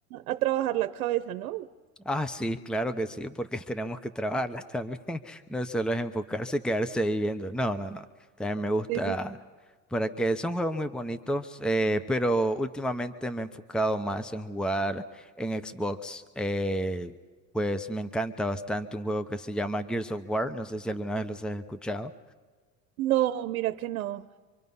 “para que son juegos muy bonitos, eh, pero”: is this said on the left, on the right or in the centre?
Centre